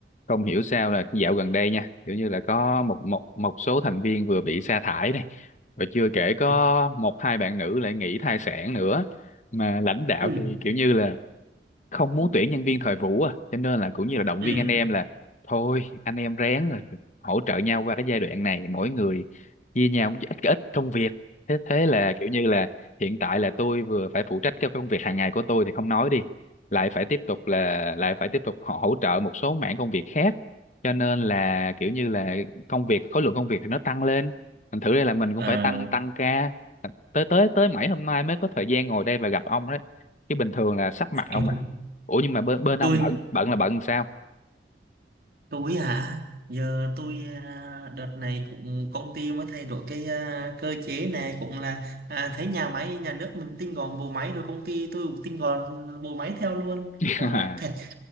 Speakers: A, on the left (about 40°); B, on the right (about 55°).
A: không hiểu sao là dạo gần đây nha, kiểu như là có một một một số thành viên vừa bị sa thải này, rồi chưa kể có
B: ừ.
A: một hai bạn nữ lại nghỉ thai sản nữa. Mà lãnh đạo
B: Ừ.
A: thì kiểu như là không muốn tuyển nhân viên thời vụ à cho nên là cũng như là động
B: Ừ.
A: viên anh em là thôi anh em ráng rồi hỗ trợ nhau qua cái giai đoạn này mỗi người chia nhau một ít ít công việc thế thế là kiểu như là hiện tại là tôi vừa phải phụ trách cái công việc hàng ngày của tôi thì không nói đi lại phải tiếp tục là lại phải tiếp tục họ hỗ trợ một số mảng công việc khác cho nên là kiểu như là công việc khối lượng công việc thì nó tăng lên thành thử đây là mình cũng
B: À,
A: phải tăng tăng ca tới tới tới mãi hôm nay mới có thời gian ngồi đây và gặp ông đấy chứ bình thường là sắp mặt ông
B: ôi,
A: ạ ủa nhưng mà bên bên
B: tôi
A: ông bận bận là bận sao
B: tôi hả giờ tôi à, đợt này cũng công ty mới thay đổi cái à, cơ chế này cũng là à, thấy nhà máy nhà nước mình tinh gọn bộ máy rồi công ty tôi cũng tinh gọn bộ máy theo luôn
A: <laughs>
B: quá
A: à
B: đáng thật